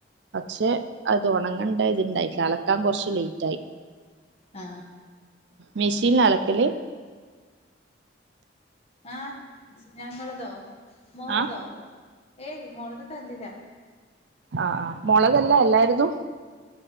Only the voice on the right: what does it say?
പക്ഷെ അത് ഒണങ്ങണ്ട ഇത്ണ്ടാട്ടില്ല അലക്കാൻ കൊറച്ച് ലേയ്റ്റായി
മെഷീൻലാ അലക്കല്
ആ
ആ ആ മൊളകല്ല എല്ലാര് തും